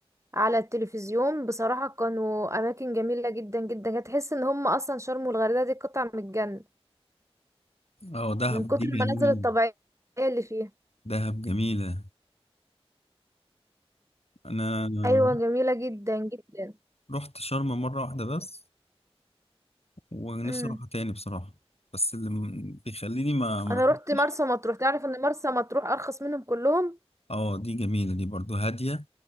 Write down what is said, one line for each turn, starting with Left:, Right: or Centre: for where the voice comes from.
Right: على التلفزيون بصراحه كانوا اماكن جميله جدا جدا هتحس ان هم اصلا شرم والغردقه دي قطع من الجنه
Left: اه دهب
Right: من كتر
Left: دي
Right: المناظر
Left: جميله
Right: الطبيعية اللي فيها
Left: دهب جميله انا
Right: أيوة جميلة جدا جدا
Left: رحت شرم مره واحده بس ونفسي
Right: امم
Left: اروحها تاني بصراحة بس اللي م- بيخليني ما ما
Right: أنا
Left: احبش
Right: رحت مرسى مطروح تعرف إن مرسى مطروح أرخص منهم كلهم
Left: اه دي جميلة دي برضو هادية